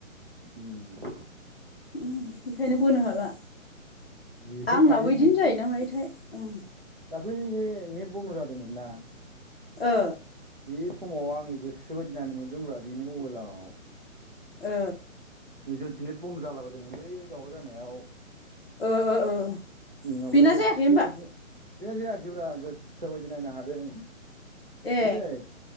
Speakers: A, on the right; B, on the left.
A: ओम
B: ओम बेखायनो बोनो हाला
A: जिफोर
B: आंनाबो
A: खायो
B: बिदिनो
A: बि
B: जायोना मायोथाय ओं
A: दाखलि बे नेट बन्द' जादोंमोन ना
B: ओ
A: बे समाव आङो गोसो बायदि नायनो मोनदोंमोन बिनि मबाइलाव
B: ओ
A: जोंनिथिं नेत बन्द' जाला बायदोंमोनलै दावराव जानायाव
B: ओ ओ ओ
A: ओमफ्राय
B: बेना
A: गोसो
B: जायाखै होमबा
A: बादि बे जायाखैब्रा गोसो बायदि नायनो हादों
B: ए
A: बेलै